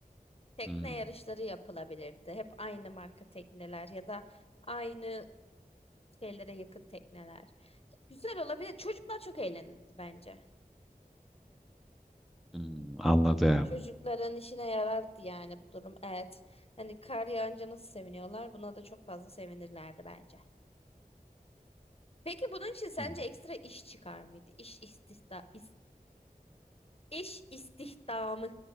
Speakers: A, on the left; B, in the centre.
A: Tekne
B: Hmm,
A: yarışları yapılabilirdi. Hep aynı marka tekneler ya da aynı şeylere yakın tekneler. Güzel olabilir. Çocuklar çok eğlenirdi bence.
B: hmm, anladım.
A: Çocukların işine yarardı yani bu durum. Evet. Hani kar yağınca nasıl seviniyorlar? Buna da çok fazla sevinirlerdi bence. Peki bunun için sence
B: Hmm.
A: ekstra iş çıkar mıydı? İş istihda is- iş istihdamı